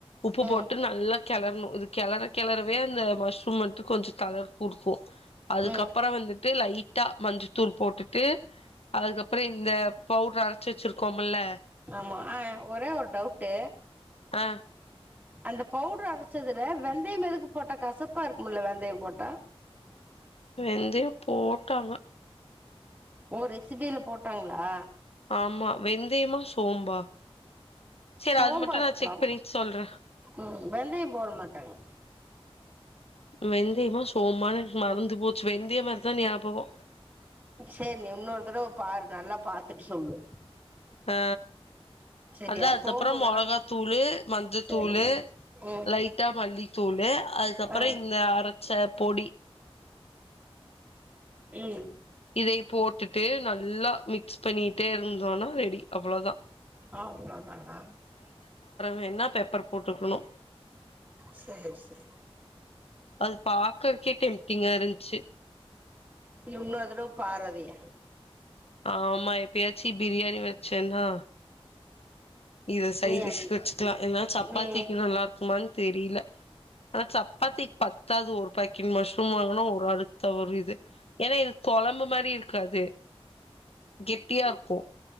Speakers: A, on the left; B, on the right.
A: உப்பு
B: ம்
A: போட்டு நல்லா கெளறணு இது கெளற கெளறவே அந்த மஷ்ரூம் வந்ட்டு கொஞ்ச கலர் குடுக்கு அதுக்கப்பற
B: ம்
A: வந்து ட்டு லைட்டா மஞ்சத்தூள் போட்டுட்டு அதுக்கப்பற இந்த பவுடர அரைச்சு வச்சிருக்கோம்ல்ல
B: ஆமா ஆ ஒரே ஒரு டவுட்டு
A: ஆ
B: அந்த பவுடர் அரைச்சதுல வெந்தயம் எதுக்கு போட்ட கசப்பா இருக்குமுல வெந்தயம் போட்டா
A: வெந்தயம் போட்டாங்க
B: ஓ ரெசிபில போட்டாங்ளா
A: ஆமா வெந்தயமா சோம்பா செரி
B: சோம்பா
A: அது மட்டு
B: இருக்கலா
A: நா செக் பண்ணிட்டு சொல்றே
B: ம் வெந்தயம் போட மாட்டாங்க
A: வெந்தயமா சோம்பானு மறந்து போச்சு வெந்திய மாரிதா ஞாபகோ
B: சேரி நீ இன்னொரு தடவ பாரு நல்லா பாத்துட்டு சொல்லு
A: அ
B: சரியா
A: அதா அதுக்கப்றோ
B: சோம்பு
A: மொளகா
B: வேணா
A: தூளு மஞ்சத்தூளு
B: சரிங்க ம்
A: லைட்டா மல்லி தூளு அதுக்கப்றோ
B: ஆ
A: இந்த அரச்ச பொடி
B: ம்
A: இதை போட்டுட்டு நல்லா மிக்ஸ் பண்ணிட்டே இருந்தோனா ரெடி அவ்ளோதா
B: அவ்ளதானா
A: வேணுன்னா பெப்பர் போட்டுக்கணு
B: சேரி சேரி
A: அது பாக்கறக்கே டெம்டிங்கா இருந்ச்சு
B: இன்னோர் தடவ பார் அதைய
A: ஆமா எப்பயாச்சு பிரியாணி வெச்சேன்னா இத சைடிஷ்
B: நீ அதை
A: வெச்சுக்லா ஏன்னா சப்பாத்திக்கு
B: நீ
A: நல்லா இருக்குமான் தெரியல ஆனா சப்பாத்திக்கு பத்தாது ஒரு பாக்கெட் மஷ்ரூம் வாங்குணா ஒரு ஆளுக்கு தா வரு இது ஏன்னா இது கொழம்பு மாரி இருக்காது கெட்டியா இருக்கு